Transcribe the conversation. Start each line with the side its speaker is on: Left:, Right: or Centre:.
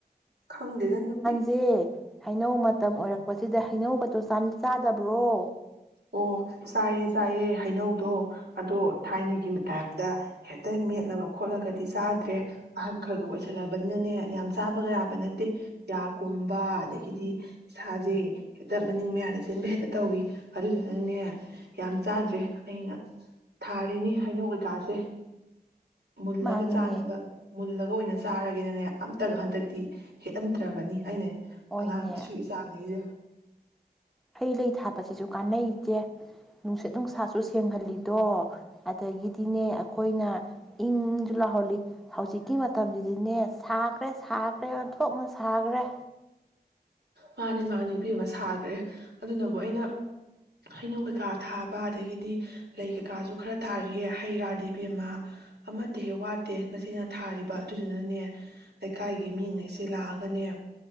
Right: ꯈꯪꯗꯦꯒ ꯅꯨ
Centre: ꯁꯦ ꯍꯩꯅꯧ ꯃꯇꯝ ꯑꯣꯏꯔꯛ ꯄꯁꯤꯗ ꯍꯩꯅꯧ ꯒꯗꯪ ꯆꯥꯗꯕ꯭ꯔꯣ?
Right: ꯑꯣ ꯆꯥꯏꯌꯦ- ꯆꯥꯏꯌꯦ ꯍꯩꯅꯧꯗꯣ ꯑꯗꯣ ꯊꯥꯏꯅꯒꯤ ꯇꯥꯏꯞꯇ ꯍꯦꯛꯇ ꯃꯦꯠꯂꯒ ꯈꯣꯠꯂꯒꯗꯤ ꯆꯥꯗ꯭ꯔꯦ ꯑꯍꯟ ꯈꯔꯒ ꯑꯣꯏꯁꯜꯂꯕꯅꯤꯅꯅꯦ ꯌꯥꯝ ꯆꯥꯕꯒ ꯌꯥꯕ ꯅꯠꯇꯦ ꯌꯥ ꯀꯨꯝꯕ ꯑꯗꯒꯤꯗꯤ ꯏꯁꯥꯁꯦ ꯍꯦꯛꯇ ꯃꯅꯤꯡ ꯃꯌꯥꯗ ꯆꯦꯟꯕ ꯍꯦꯛꯇ ꯇꯧꯋꯤ꯫ ꯑꯗꯨꯗꯨꯅꯅꯦ ꯌꯥꯝ ꯆꯥꯗ꯭ꯔꯦ ꯑꯩꯅ ꯊꯥꯔꯤꯅꯤ ꯍꯩꯅꯧ ꯀꯩꯀꯥꯁꯦ꯫ ꯃꯨꯜꯂꯒ
Centre: ꯃꯥꯅꯤꯅꯦ
Right: ꯆꯥꯟꯅꯕ ꯃꯨꯜꯂꯒ ꯑꯣꯏꯅ ꯆꯥꯔꯒꯤꯅꯅꯦ ꯑꯝꯇꯒ ꯍꯟꯗꯛꯇꯤ ꯍꯦꯛꯍꯟꯗ꯭ꯔꯕꯅꯤ ꯑꯩꯅ
Centre: ꯍꯣꯏꯅꯦ
Right: ꯑꯉꯥꯡ ꯏꯁꯨ ꯏꯆꯥ ꯉꯩꯖ꯫
Centre: ꯍꯩ - ꯂꯩ ꯊꯥꯕꯁꯤꯁꯨ ꯀꯥꯟꯅꯩ ꯏꯆꯦ꯫ ꯅꯨꯡꯁꯤꯠ - ꯅꯨꯪꯁꯥ ꯁꯨ ꯁꯦꯡ ꯍꯜꯂꯤꯗꯣ ꯑꯗꯒꯤꯗꯤꯅꯦ ꯑꯩꯈꯣꯏꯅ ꯏꯪ ꯏꯪ ꯖꯨ ꯂꯥꯎꯍꯜꯂꯤ ꯍꯧꯖꯤꯛꯀꯤ ꯃꯇꯝꯁꯤꯗꯤꯅꯦ ꯁꯥꯈ꯭ꯔꯦ - ꯁꯥꯈ꯭ꯔꯦ ꯑꯣꯟꯊꯣꯛꯅ ꯁꯥꯈ꯭ꯔꯦ꯫
Right: ꯃꯥꯅꯦ ꯃꯥꯅꯤ ꯏꯕꯦꯝꯃꯥ ꯁꯥꯈ꯭ꯔꯦ ꯑꯗꯨꯅꯕꯨ ꯑꯩꯅ ꯍꯩꯅꯧ ꯀꯩꯀꯥ ꯊꯥꯕ ꯑꯗꯒꯤꯗꯤ ꯂꯩ ꯀꯩꯀꯥꯁꯨ ꯈꯔ ꯊꯥꯔꯤꯌꯦ ꯍꯩ ꯔꯥ ꯗꯦꯕꯤ ꯑꯃ ꯑꯃꯠꯇ ꯍꯦꯛ ꯋꯥꯠꯇꯦ ꯉꯁꯤꯅ ꯊꯥꯔꯤꯕ ꯑꯗꯨꯗꯨꯅꯅꯦ ꯂꯩꯀꯥꯏꯒꯤ ꯃꯤꯉꯩꯁꯦ ꯂꯥꯛꯑꯒꯅꯦ